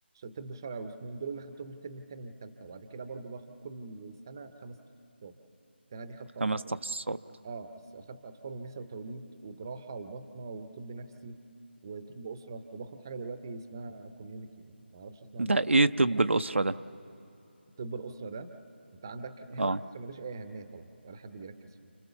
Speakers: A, on the right; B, on the right.
A: طب شرعي واسنان دول اللي خدتهم الترم التاني من التالتة وبعد كده برضو باخد كل سنه خمس تخصصات السنه دي خدت اطفال
B: خمس تخصصات
A: اه س- خدت اطفال ونساء وتوليد وجراحه وبطنه وطب نفسي وطب اسره وباخد حاجه دلوقتي اسمها كوميونتي ما اعرفش اسمها
B: ده ايه طب الأسرة ده
A: طب الاسره ده انت عندك هنا
B: اه
A: في مصر ملوش اي اهميه طبعا ولا حد بيركز فيه